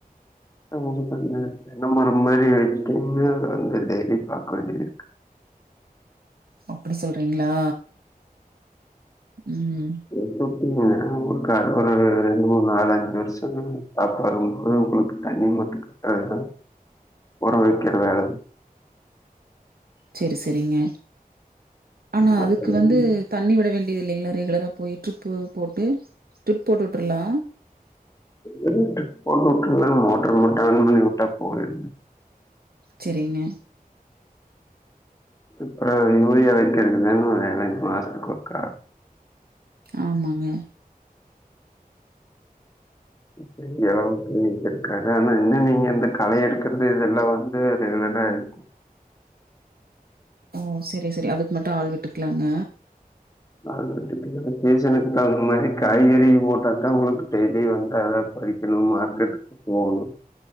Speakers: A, on the left; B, on the right.
A: ஆமாங்க தென்னமர மாரி வச்சிட்டேன்னு வந்து டெய்லி பாக்க வேண்டியதிருக்கு
B: அப்படி சொல்றிங்ளா ம்
A: <unintelligible> ஒரு ரெண்டு மூனு நாலு அஞ்சு வருஷ சாப்பாடு <unintelligible> தண்ணி மட்டு கட்ர வேல ஒர வக்கிற வேல
B: சேரி சேரிங்க ஆனா
A: மத்தபடி
B: அதுக்கு வந்து தண்ணி விட வேண் டிதில்லிங்ளா ரெகுலரா போய் ட்ரிப்பு போட்டு ட்ரிப் போட்டுட்ரலா
A: <unintelligible> போட்டுட்ரலாங் மோட்ர் மட்டு ஆன் பண்ணி வுட்டா போதுங்
B: செரிங்க
A: அப்றோ யூரியா வைக்கிற தாங்க வேல மாசத்துக்கொருக்கா
B: ஆமாங்க
A: பெரிய அளவுக்கு இருக்காது ஆனா என்ன நீங்க இந்த கல எடுக்கிறது இதெல்லா வந்து ரெகுலரா எடு
B: ஓ செரி செரி அதுக்கு மட்டு ஆள் விட்டுக்கலாங்க
A: அதுமட்டுமில்லாமா சீசனுக்கு தகுந்த மாரி காய்கறி போட்டா தா உங்ளுக்கு டெய்லி வந்தா வைக்கணு மார்க்கெட்டுக் போவணு